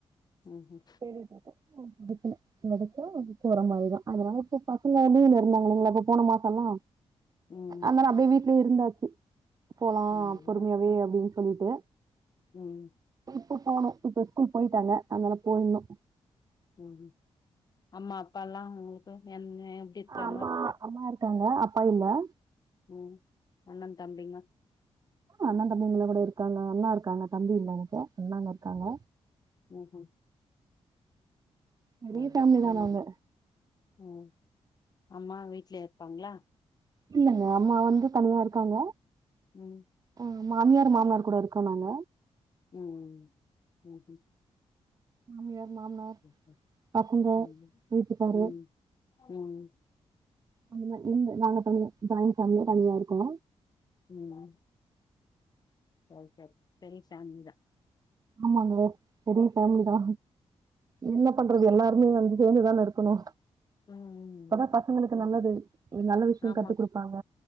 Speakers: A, on the left; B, on the right.
A: ம்
B: சேரி பாப்பா அ வெத்தல எடுத்தா போரமாறிதான் அதனால இப்ப பசங்க வெளில இருந்தாங்க இல்லைங்ளா இப்ப போன மாசோ எல்லா
A: ம்
B: அதனால அப்டியே வீட்லயே இருந்தாச்சு போலா
A: ஆமால்ல
B: பொறுமையாவே அப்டின் சொல்லிட்டு
A: ம்
B: இப்ப போணு இப்ப ஸ்கூல் போயிட்டாங்க அனால போயிணு
A: ம் அம்மா அப்பா எல்லா உங்களுக்கு என்ன இருக்கறாங்க
B: அம்மா அம்மா இருக்காங்க அப்பா இல்ல
A: ம் அண்ண தம்பிங்க
B: அண்ண தம்பிங்கள கூட இருக்காங்க அண்ணா இருக்காங்க தம்பி இல்ல எனக்கு அண்ணாங்க இருக்காங்க
A: ம்ஹும் <unintelligible>
B: பெரிய
A: ம்
B: ஃபேமிலி தான் நாங்க
A: ம் அம்மா வீட்லே இருப்பாங்களா
B: இல்லங்க அம்மா வந்து தனியா இருக்காங்க
A: ம்
B: ஆ மாமியார் மாமனார் கூட இருக்கோ நாங்க
A: ம் ம்ம்
B: மாமியார் மாமனார்
A: சரி
B: பசங்க
A: ம்
B: வீட்டுக்காரு
A: ம் ம்
B: அந்த மாரி இந்த நாங்க தனியா ஜாயின் ஃபேமிலியா தனியா இருக்கோ
A: ம் ரைட்டு பெரிய சாமிக்கு தா
B: ஆமாங்க பெரிய ஃபேமிலி தா என்ன பண்றது எல்லாருமே வந்து சேந்து தானே இருக் இருக்கணு
A: ம்
B: அப்பதா பசங்களுக்கு
A: ம்.
B: நல்லது நல்ல விஷய
A: ஆமா
B: கத்து குடுப்பாங்க